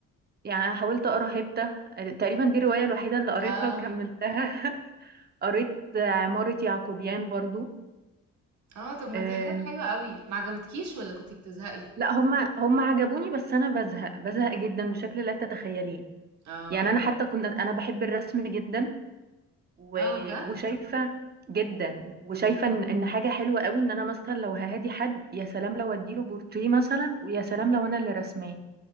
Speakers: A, on the right (about 35°); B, on the right (about 70°).
A: يعني أنا حاولت اقرا هبته آه، تقريبا دي الروايه الوحيده اللي قريتها
B: اه
A: وكملتها <laughs> قريت آه، عماره يعقوبيان برضو
B: اه طب ما
A: آه،
B: دي حاجات حلوة قوي ما عجبتكيش ولا كنتي بتزهقي
A: لا هم هم عجبوني بس انا بزهق بزهق جدا بشكل لا تتخيليه
B: اه
A: يعني انا
B: ايوه
A: حتى كنت انا بحب الرسم جدا و...
B: اه بجد
A: وشايفه جدا وشايفه
B: مم.
A: ان إن حاجه حلوه قوي ان انا مثلا لو ههادي حد يا سلام لو اديله بورتريه مثلا ويا سلام لو انا اللي رسماه